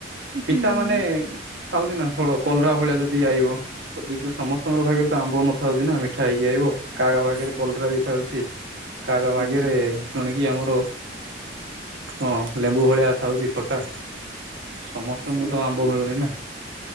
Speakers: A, on the right; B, on the right.
A: ପିତା
B: ହୁଁ
A: ମାନେ ଥାଉଛି ନା ଫଳ କଲରା ଭଳିଆ ଯଦି ଆଇବ ଯଦି ତ ସମସ୍ତଙ୍କର ଭାଗରେ ଆମ୍ବ ନଥାଉଛି ନା ମିଠା ହେଇକି ଆଇିବ କା କା ଭାଗରେ
B: ସେ
A: କଲରା ବି ଥାଉଛି। କା କା ଭାଗ୍ୟ
B: ହୁଁ
A: ରେ ତଣିକି ଆମର କଣ ଲେମ୍ବୁ ଭଳିଆ ଥାଉଛି ଖଟା। ସମସ୍ତଙ୍କୁ
B: ସେଇଆ
A: ତ ଆମ୍ବ
B: ପରା
A: ମିଳୁନି ନା